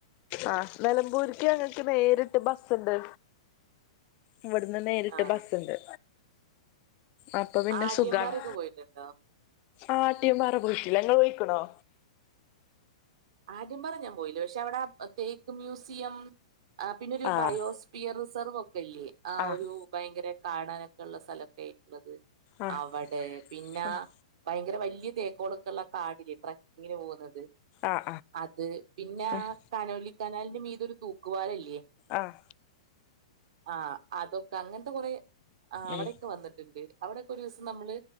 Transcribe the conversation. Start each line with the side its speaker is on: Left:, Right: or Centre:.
Left: ആഹാ നെലമ്പൂര്ക്ക് ഞ്ഞങ്ങക്ക് നേരിട്ട് ബസ്സ്ണ്ട് ഇവട്ന്ന് നേരിട്ട്
Right: ആഹ്.
Left: ബസ്സ്ണ്ട് അപ്പപിന്നെ
Right: ആട്യംപാറയൊക്കെ
Left: സുഖാണ്
Right: പോയിട്ടുണ്ടോ?
Left: ആട്ടിയുംമ്പാറ പോയിട്ടില്ല ഇങ്ങളോയിക്ക്ണോ?
Right: ആദ്യംപാറ ഞാൻ പോയില്ല പക്ഷവടെ തേക്ക് മ്യൂസിയം പിന്നൊരു
Left: ആഹ്
Right: ബയോസ് പിയ റിസർവൊക്കെല്ല്യേ ആ
Left: ആഹ്
Right: ഒരു ഭയങ്കര കാണാനൊക്കെള്ള സ്ഥലൊക്കെ ള്ളത്
Left: ആഹ്
Right: അവടെ പിന്നാ
Left: ആഹ്
Right: ഭയങ്കര വല്ല്യ തേക്കോളൊക്കള്ള കാടില്ലെ ട്രക്കിങ്ങിന് പോകുന്നത്
Left: ആഹ്
Right: അത് പിന്നാ
Left: ആഹ്
Right: കനോലിക്കനാലിന്റെ മീതൊരു തൂക്കുപാലല്ല്യ
Left: ആഹ
Right: ആഹ് അതൊക്കെ അങ്ങൻത്തെ കൊറേ ആഹ് അവിടെക്കെ
Left: ഉം
Right: വന്നിട്ട്ണ്ട് അവിടെക്കൊരൂസം നമ്മള്